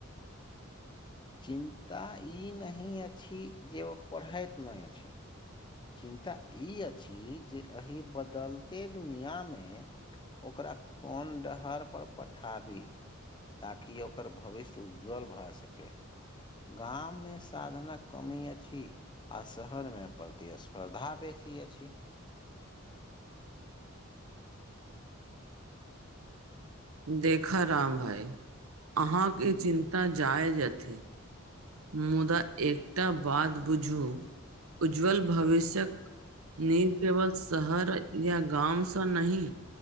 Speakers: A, on the left (about 20°); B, on the right (about 85°).
A: चिन्ता ई नहिह अछी जे ऊ पढ़ाायत नहि अछी। चिन्ता ई अछि जे एहि बदलते दुनििया मे ओकरा कोन डहर पर पठाबी। ताकि ओकर भविष्य उज्ज्वल भए सकै। गाममे साधनक कमी अछि। आ शहर मे प्रतिस्पर्धा बेसी अछि।
B: देखऽ राम भाइ, अहााँके ई चिन्ता जाएज अथि। मुदा एकटा बात बुझू, उज्ज्वल भविष्यक नींव केवल शहर या गाम नहि,